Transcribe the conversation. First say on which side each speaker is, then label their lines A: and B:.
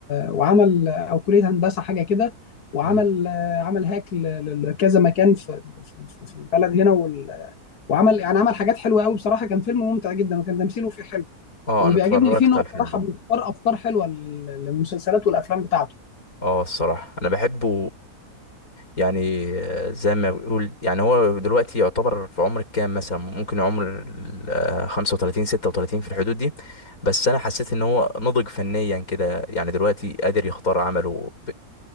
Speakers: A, on the left (about 80°); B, on the left (about 65°).
A: وعمل او كليه هندسه حاجه كده وعمل
B: مم.
A: آه، عمل هاك ل- لكذا مكان في في في البلد هنا وال- وعمل يعني عمل حاجات حلوه قوي بصراحه كان فيلم ممتع جدا وكان تمثيله فيه حلو
B: اه
A: وبيعجبني
B: انا اتفرجت
A: فيه ان هو
B: على
A: بصراحه
B: الفيلم ده
A: بيختار افكار حلوه لل- للمسلسلات والافلام بتاعته
B: اه الصراحة انا بحبه يعني آه، زي ما بيقول يعني هو دلوقتي يعتبر في عمر الكام مثلا ممكن عمر ال- آه، 35 36 في الحدود دي بس انا حسيت ان هو نضج فنيا كده يعني دلوقتي قادر يختار عمله